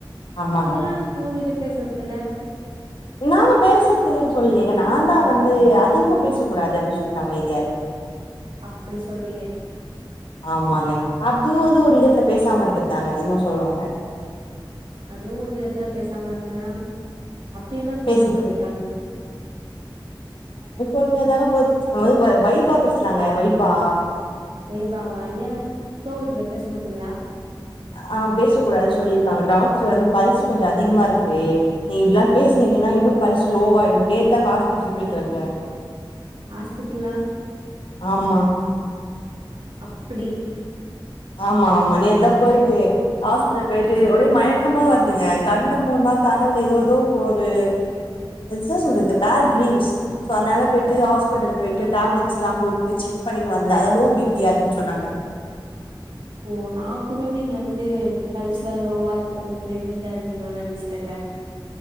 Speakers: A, on the left (about 85°); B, on the right (about 80°).
A: ஆமாங்க
B: ஏன் ஒ இதுப் பேசறதுதில்ல
A: நாங்க பேசுறது இல்லன்னு சொல்லே நான் தான் வந்து அதிகமா பேச கூடாது அப்படின்னு சொல்ட்டு அமைதியா இருக்கேன்
B: அப்டி சொல்றீங்க
A: ஆமாங்க அப்தும் வந்து ஒரு விதத்துல பேசாம இருக்கது தாங்க இதுவும் சொல்வாங்க
B: அதுவும் ஒரு விதத்துல பேசாமா <unintelligible> அப்பி என்ன
A: பேசுறது
B: கொடும பண்ணிட்டாங்க
A: உண்மைய தாங்க போய் நம்ம வந்து வைபா பேசலாங்க வைபா
B: வைபா வா ஏன் சோகத்துல பேச மாட்டீங்களா
A: ஆஹ் பேசக் கூடாது சொல்லியிருக்காங்க டாக்டர் வந்து பல்ஸ் கொஞ்சம் அதிகமா இருக்கு நீ இப்டிலாம் பேசுனீங்கன்னா இன்னும் பல்ஸ் லோவாயிடும் நேத்துதாங்க ஹாஸ்பிட்டலுக்கு போயிட்டு வந்தேன்
B: ஆஸ்பிட்லா
A: ஆமா
B: அப்டி
A: ஆமா ஆமா நேத்தான் போயிட்டு ஆஸ்பிடல் போயிட்டு ஒரே மயக்கமா வருதுங்க கண்ணு மூன்னா கனவுல எதோ எதோ இப்ப ஒரு என்ன சொல்றது பேட் டீரிம்ஸ் சோ அதனால போயிட்டு ஆஸ்பிடல் போயிட்டு டேப்லெட்ஸ்லாம் போட்டு செக் பண்ணினு வந்தேன் அதான் லோ பிபியா இருக்குனு சொன்னாங்க
B: ஓ நா கூட நீங்க வந்து பல்ஸ் லோவா இருக்கோ பிரக்னெண்டா இருக்கீங்களோனு நினைச்சட்டேங்க